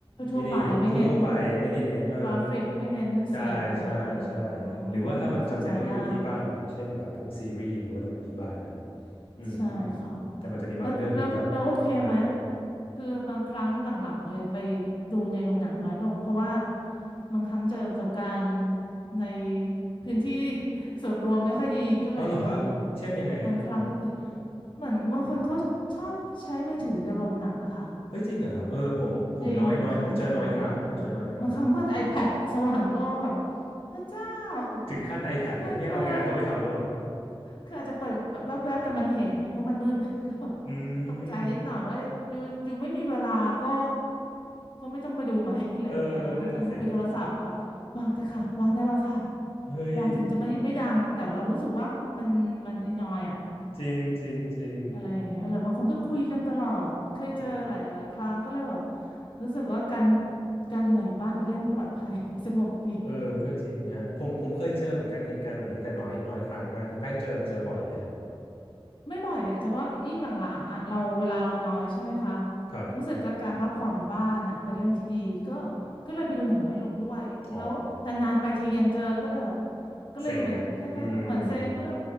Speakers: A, on the left; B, on the left.
A: ทั่วๆไปไม่เน้น
B: ไม่ได้ทั่วๆไปไม่ได้เน้นเออ
A: กราฟิกไม่เน้นเสียงอะไร
B: ใช่ใช่ใช่
A: อื
B: หรือว่าถ้ามันจำเป็นต้องดูที่บ้านอย่างเช่นแบบพวกซีรีส์มันก็ต้องดูที่บ้านเนอะ
A: มเข้าใจได้
B: อืมอืม
A: ใช่ค่ะ
B: แต่มันจะมีบางเรื่องที่แบบเออ
A: แล้วแล้วแล้วโอเคไหมคือบางครั้งหลังๆเลยไปดูในโรงหนังร้อยโรงเพราะว่าบางครั้งเจอประสบการณ์ในพื้นที่ <laughs> ส่วนรวมไม่ค่อยดีก็เลยเออ
B: เอาเหรอครับเช่นยังไงฮะ
A: บางครั้งก็เคยเหมือนบางคนเขาชอบใช้มือถือในโรงหนังอะค่ะ
B: เอ้ยจริงเหรอครับเออผมผมน้อยน้อยผมเจอน้อยครั้งผมเจอน้อยครั้ง
A: จริงเคยเจอบางครั้งเปิด iPad สว่างโล่งแบบพระเจ้า <laughs>
B: ถึงขั้น iPad
A: ทำไมเธอ
B: เลยเนี่ยเอางานเข้าไปทำหรือเปล่า
A: คืออาจจะเปิดแบบแวบๆแต่มันเห็นไงเพราะมันมืด <laughs> ก็แบบ
B: อื
A: ตกใจนิดหน่อยว่าอยู่อยู่ไม่มีเวลาก็
B: ม
A: ก็ไม่ต้องมาดูไหม <laughs> อะไรอย่างเงี้ยหรือบางคนคุยโทรศัพท์แบบวางเถอะค่ะวางได้แล้วค่ะ
B: เออ นั่นน่ะสิเฮ้ย
A: วางถึงจะไม่ไม่ดังแต่เรารู้สึกว่ามันมันไอ้นอยอะ
B: จริงจริงจริง
A: อะไรอย่างเงี้ยหรือบางคนก็คุยกันตลอดเคยเจอหลายหลายครั้งก็เลยแบบ
B: โอ้
A: รู้สึกว่าการการดูหนังอยู่บ้านเป็นเรื่องปลอดภัย <laughs> สงบดี
B: เออก็จริงฮะผมผมเคยเจอเหมือนกันเหตุการณ์แบบนี้แต่น้อยน้อยครั้งมากคุณแป้งเจอเจอบ่อยไหมฮะ
A: ไม่บ่อยอะเฉพาะยิ่งหลังๆอ่ะเราเวลาเราน้อยใช่ไหมคะ
B: ครับ
A: รู้สึกก็การพักผ่อนอยู่บ้านอ่ะเป็นเรื่องที่ดีก็ก็เลยไปดูหนังน้อยลงด้วยแล้วนานๆไปทียังเจอก็เลยแบบ
B: อ๋อ
A: ก็เลยเหมือนคล้ายๆว่าเหมือนเซ็งก็เลย
B: เซ็งอ่ะ อืม